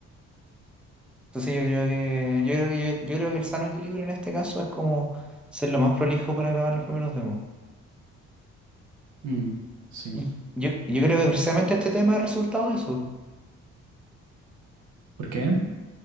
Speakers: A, in the centre; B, on the right.
A: Entonces, yo creo que, yo creo que, yo, yo creo que el sano equilibrio en este caso es como ser lo más prolijo para grabar los primeros demos.
B: Mm, sí.
A: Y yo, yo creo que precisamente este tema ha resultado de eso.
B: ¿Por qué?